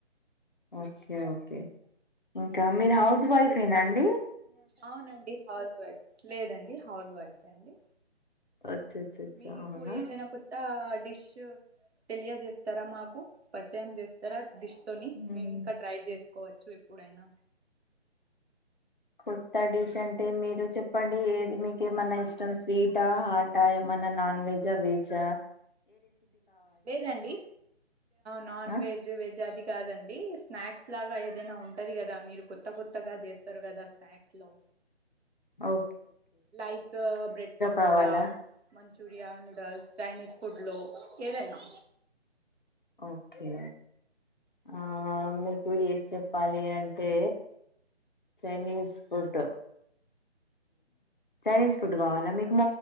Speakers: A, on the left; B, on the right.
A: ఓకే ఓకే ఇంకా మీరు హౌస్ వైఫ్ ఏనాండి
B: అవునండి హౌస్ వైఫ్ లేదండి హౌస్ వైఫ్ అండి
A: అచ్చ అచ్చ అచ్చ
B: మీకు
A: అవునా
B: ఏదైనా కొత్త డిష్ తెలియజేస్తారా మాకు పరిచయం చేస్తారా డిష్ తోని
A: ఉమ్
B: నేను ఇంకా ట్రై చేసు కోవచ్చు ఎప్పుడైనా
A: కొత్త డిష్ అంటే మీరు చెప్పండి ఏది మీకు ఏమన్నా ఇష్టం స్వీటా హాటా ఏమన్ నాన్ వెజా వెజ్జా
B: లేదండి నాన్
A: ఆ
B: వెజ్ వెజ్ అది కాదండి స్నాక్స్ లాగా ఏదైనా ఉంటది కదా మీరు కొత్త కొత్తగా చేస్తరు కదా స్నాక్స్ లో
A: ఓ
B: లైక్ బ్రెడ్ పకోడా
A: కావాలా
B: మ మంచూరియా నూడల్స్ చైనీస్ ఫుడ్ లో ఏదైనా
A: ఓకే ఆ మీకు ఏ చెప్పాలి అంటే చైనిస్ ఫుడ్ చైనీస్ ఫుడ్ కావాల మీ